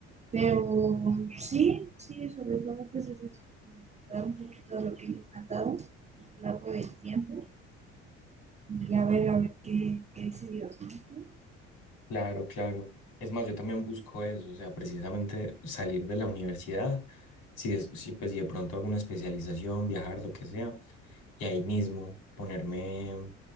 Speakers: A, on the right; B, on the left.
A: Pero sí, sí, sobre todo, pues es eso, dar un poquito de lo que ellos me han dado a lo largo del tiempo y a ver, a ver qué, qué dice Dios, ¿no?
B: Claro, claro. Es más, yo también busco eso, o sea, precisamente salir de la universidad, si, es- si, pues, si de pronto hago una especialización, viajar, lo que sea, y ahí mismo ponerme,